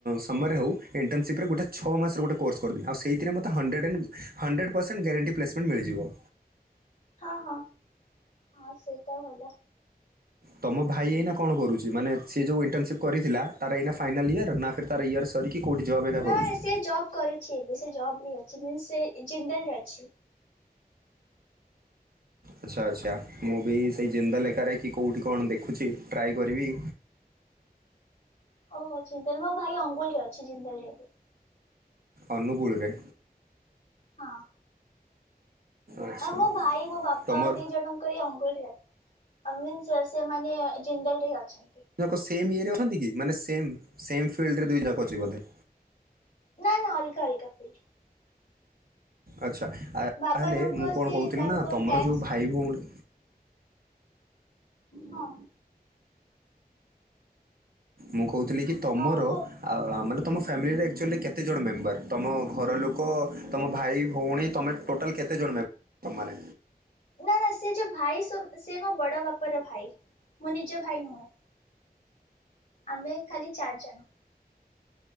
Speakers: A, on the right; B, on the left.
A: ସମରରେ ହୋଉ ଇଣ୍ଟର୍ନସିପରେ ଗୋଟେ ଛ ମାସରେ ଗୋଟେ କୋର୍ସ କରିବି ଆଉ ସେଇଥିରେ ମତେ hundred and hundred percent guarantee placement ମିଳିିଯିବ।
B: ହଁ ହଁ ହଁ ସେଇଟା ଭଲ।
A: ତମ ଭାଇ ଏଇନା କଣ କରୁଛି ମାନେ ସେ ଯୋଉ ଇଣ୍ଟର୍ନସିପ କରିଥିଲା ତାର ଏଇ ଫାଇନାଲ ଇୟର ନା ଫର୍ ତାର ଇୟର୍ ସିରିକି କେଉଁଠି ଜବ୍ ଏକା
B: ନା
A: କରୁଛି?
B: ନା ସେ ଜବ୍ କରୁଛି। ବେ ସେ ଜବ ରେ ଅଛି, ମିନ୍ସ ସେ ଜିନ୍ଦଲ ରେ ଅଛି।
A: ଆଚ୍ଛା ଆଚ୍ଛା ମୁଁ ବି ସେଇ ଜିନ୍ଦଲ ଏକାରେ କି କେଉଁଠି କଣ ଦେଖୁଚି ଟ୍ରାଏ କରିବି।
B: ଓହୋ ଚିନ୍ତଲ ମୋ ଭାଇ ଅଙ୍ଗୁଳ ରେ ଅଛି ଜିନ୍ଦଲ ରେ ଏବେ।
A: ଅନୁଗୁଳରେ?
B: ହଁ।
A: ଆଚ୍ଛା
B: ଆ ମୋ ଭାଇ ମୋ ବାପା
A: ତମର
B: ଦି ଜଣ ଙ୍କର ଏଇ ଅଙ୍ଗୁଳ ରେ ଅ ମିନ୍ସ ସେମାନେ ଜିନ୍ଦଲ ରେ ଅଛନ୍ତି।
A: ଜକ ସେମ ଇଏରେ ଅଛନ୍ତି କି ମାନେ ସେମ ସେମ ଫିଲ୍ଡ଼ ରେ ଦୁଇ ଜାକ ଅଛି ବୋଧେ?
B: ନା ନା ଅଲଗା ଅଲଗକା ଫିଲ୍ଡ଼।
A: ଆଚ୍ଛା ତାହେଲେ
B: ବାପା ଜଣଙ୍କ
A: ମୁଁ କଣ
B: ସେ
A: କହୁଥିଲି
B: ତାଙ୍କ
A: ନା ତମର
B: ଟ୍ୟାକ୍ସ
A: ଯେଉ ଭାଇ ଭଉଣୀ
B: ହଁ।
A: ମୁଁ କହୁଥିଲି କି ତମର
B: ଓହୋ।
A: ଆ ମାନେ ତମ ଫ୍ୟାମିଲିରେ ଆକ୍ଚୁଆଲି କେତେଜଣ ମେମ୍ବର? ତମ ଘରଲୋକ ତମ ଭାଇ ଭଉଣୀ ତମେ ଟୋଟଲ କେତେଜଣ ମେମ ତମର?
B: ନା ନା ସେ ଯୋଉ ଭାଇ ସୋ ସେ ମୋ ବଡ ବାପ ର ଭାଇ ମୋ ନିଜ ଭାଇ ନୁହଁ। ଆମେ ଖାଲି ଚାରି ଜଣ।